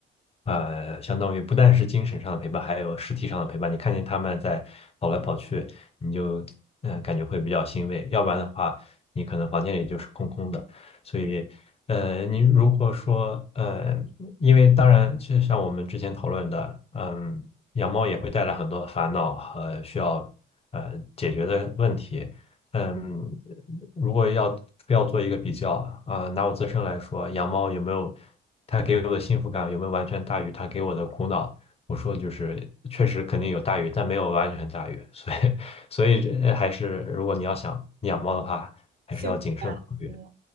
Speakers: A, on the left; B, on the right.
A: 呃，相当于不但是精神上的陪伴，还有实体上的陪伴。你看见它们在跑来跑去，你就嗯、呃感觉会比较欣慰。要不然的话，你可能房间里就是空空的。所以，呃，你如果说，呃，因为当然，就像我们之前讨论的，嗯，养猫也会带来很多的烦恼和需要呃解决的问题。嗯，如果要要做一个比较啊，拿我自身来说，养猫有没有它给我的幸福感，有没有完全大于它给我的苦恼？我说就是确实肯定有大于，但没有完全大于，所以所以呃还是如果你要想养猫的话，还是要谨慎考虑。
B: 幸福嗯，